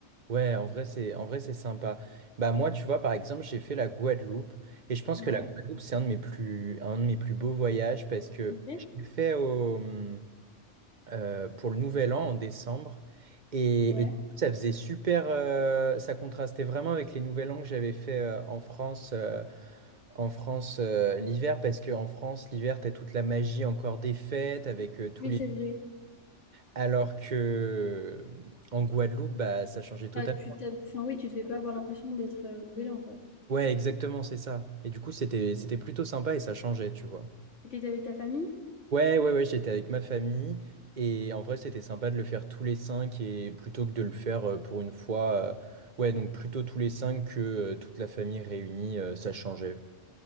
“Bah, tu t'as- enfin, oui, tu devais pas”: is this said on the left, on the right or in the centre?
Left